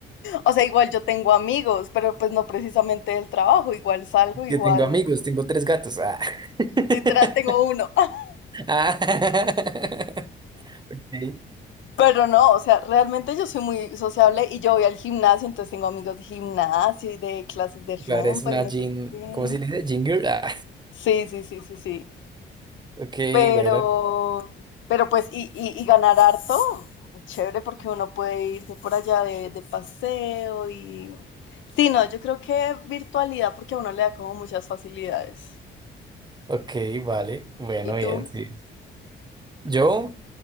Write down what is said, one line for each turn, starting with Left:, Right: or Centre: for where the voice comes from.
Left: O sea, igual yo tengo amigos, pero pues no precisamente del trabajo, igual salgo, igual
Right: yo tengo amigos, tengo tres gatos. Ah. <laughs>
Left: literal tengo uno. <laughs>
Right: Ah. <laughs> Ok.
Left: Pero no, o sea, realmente yo soy muy sociable y yo voy al gimnasio, entonces tengo amigos de gimnasio y de clases de rumba
Right: Claro, es una
Left: y no
Right: jean,
Left: sé qué.
Right: ¿cómo se le dice? Jean girl. Ah.
Left: Sí, sí, sí, sí, sí.
Right: Ok,
Left: Pero,
Right: bueno,
Left: pero pues, y, y, y ganar harto, es chévere porque uno puede irse por allá de, de paseo y... Sí, no, yo creo que virtualidad porque a uno le da como muchas facilidades.
Right: ok, vale, bueno,
Left: ¿Y tú?
Right: bien, sí. Yo,